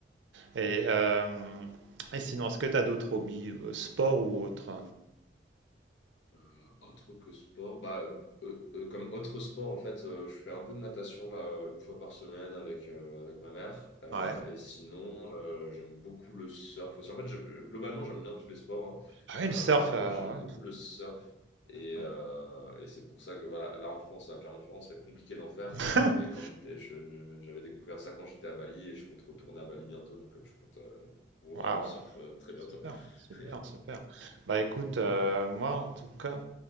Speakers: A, on the right; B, on the left.
A: Et, euh, et sinon, est-ce que tu as d'autres hobbies, euh, sport ou autre?
B: Euh, autre que sport, bah, euh, euh, comme autre sport, en fait, euh, je fais un peu de natation là, euh, une fois par semaine avec, euh, avec ma mère. Euh,
A: Ouais.
B: et sinon, euh, j'aime beaucoup le surf aussi. En fait, je- globalement, j'aime bien tous les sports,
A: Ah
B: hein,
A: oui,
B: euh,
A: le surf, euh,
B: mais j'aime beaucoup le surf. Et,
A: ouais.
B: euh, et c'est pour ça que voilà, là en France, à Clermont-Ferrand, c'est compliqué d'en faire.
A: <laughs>
B: Mais quand j'étais, je- j'avais découvert ça quand j'étais à Bali et je compte retourner à Bali bientôt. Donc, euh, je compte euh, refaire
A: Waouh.
B: du surf euh, très bientôt.
A: Super, super,
B: <laughs>
A: super. Bah écoute, euh, moi en tout cas,